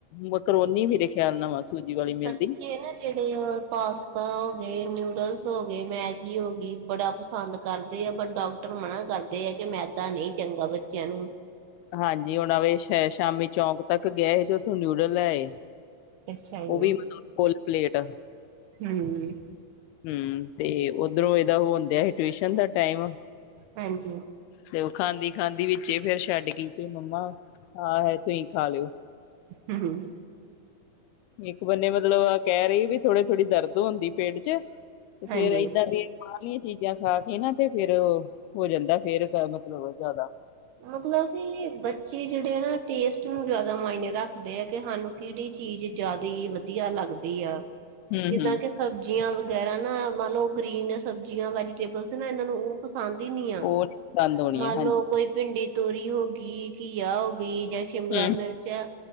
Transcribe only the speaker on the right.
ਬੱਚੇ
ਨਾ ਜਿਹੜੇ ਓ ਪਾਸਤਾ ਹੋ ਗਏ ਨਿੂਡਲਸ ਹੋ ਗਏ, ਮੈਗੀ ਹੋ ਗਈ, ਬੜਾ ਪਸੰਦ ਕਰਦੇ ਆ ਪਰ ਡਾਕਟਰ ਮਨਾ ਕਰਦੇ ਆ ਕਿ ਮੈਦਾ ਨਹੀਂ ਚੰਗਾ ਬੱਚਿਆਂ ਨੂੰ।
ਅੱਛਾ ਜੀ,
ਹੂੰ।
ਹਾਂਜੀ।
ਹੂੰ -ਹੂੰ
ਹਾਂਜੀ।
ਮਤਲਬ ਕਿ ਬ ਚੇ ਜਿਹੜੇ ਆ ਨਾ ਟੇਸਟ ਨੂੰ ਜਿਆਦਾ ਮਾਇਨੇ ਰੱਖਦੇ ਆ ਕਿ ਸਾਨੂੰ ਕਿਹੜੀ ਚੀਜ਼ ਜਿਆਦਾ ਈ ਵਧੀਆ ਲੱਗ ਦੀ ਆ।
ਜਿੱਦਾਂ
ਕਿ ਸਬਜ਼ੀਆਂ ਵਗੈਰਾ ਨਾ ਮਨਲਓ ਗ੍ਰੀਨ ਸਬਜ਼ੀਆਂ ਵੈਜੀਟੇਬਲਸ ਨੇ ਇਹਨਾਂ ਨੂੰ ਉਹ ਪਸੰਦ ਈ ਨੀ ਆ,
ਮੰਨ
ਲਓ ਕੋਈ ਭਿੰਡੀ ਤੋਰੀ ਹੋ ਗਈ ਘੀਆ ਹੋ ਗਈ ਜਾਂ ਸ਼ਿਮਲਾ
ਮਿਰਚ ਏ